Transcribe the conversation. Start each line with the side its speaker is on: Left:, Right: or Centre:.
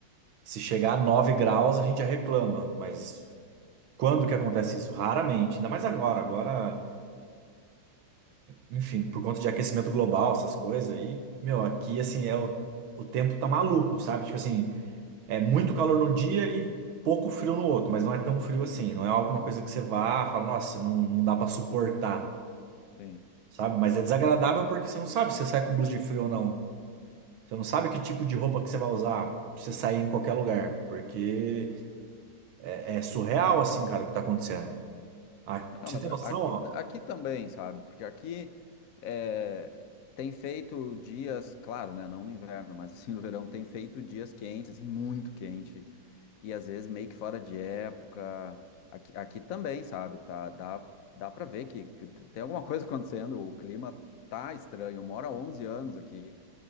Right: se chegar a 9 graus a gente já reclama, mas quando que acontece isso? Raramente. Ainda mais agora. Agora.
Left: sim,
Right: enfim, por conta de aquecimento global, essas coisas, e, meu, aqui, assim, é o, o tempo tá maluco, sabe? Tipo assim, é muito calor num dia e pouco frio no outro, mas não é tão frio assim, não é alguma coisa que você vá, fala, nossa, não, não dá pra suportar,
Left: sim.
Right: sabe? Mas é desagradável porque você não sabe se você sai com blusa de frio ou não. Você não sabe que tipo de roupa que você vai usar pra você sair em qualquer lugar, porque é, é surreal, assim, cara, o que tá acontecendo. Ah, pra
Left: Não,
Right: você
Left: mas
Right: ter
Left: a-
Right: noção,
Left: aqui,
Right: ó.
Left: aqui também, sabe? Porque aqui é, tem feito dias, claro, né? Não no inverno, mas assim <laughs> no verão, tem feito dias quentes, assim, muito quente. E às vezes meio que fora de época. Aqui, aqui também, sabe? Tá, dá, dá pra ver que, que t- tem alguma coisa <laughs> acontecendo. O clima tá estranho. Eu moro há 11 anos aqui.